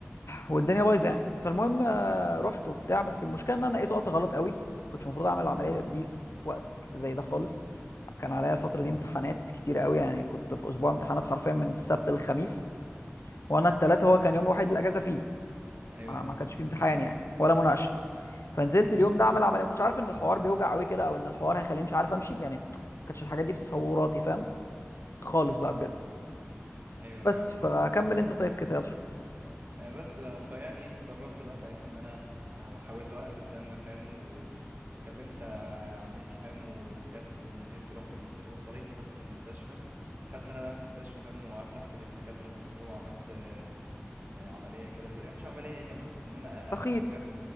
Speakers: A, on the left; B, on the right.
A: والدنيا بايظه يعني فالمهم آه، رحت وبتاع بس المشكله ان انا لقيته وقت غلط قوي كنتش المفروض اعمل العمليه دي في وقت زي ده خالص كان عليا الفتره دي امتحانات كتيره قوي يعني كنت في اسبوع امتحانات حرفيا من السبت للخميس وانا التلاتة هو كان يوم الوحيد الاجازه فيه
B: ايوه
A: ما ما
B: اه
A: كانش فيه امتحان يعني ولا مناقشه فنزلت اليوم ده اعمل عمليه ما كنتش عارف ان الحوار بيوجع قوي كده او ان الحوار هيخليني مش عارف امشي يعني ما كانتش الحاجات دي في تصوراتي فاهم خالص بقى بجد
B: ايوه فعلا
A: بس فكمل انت طيب كده يلا
B: آه، بس بقى فيعني اتصرفت بقى ساعتها ان انا ه- حاولت اوقف الدم فاهم وكلمت ع- عمتي فاهم وجت ونزلت رحت المست... وصلتني بس للمستشفى دخلت انا بقى المستشفى فاهم وقعدت احكي للدكاتره اللي حصل وعملت آه، آه، عمليه كده سريعه مش عمليه هي كان بس ان انا
A: تخيط
B: اقفل الجرح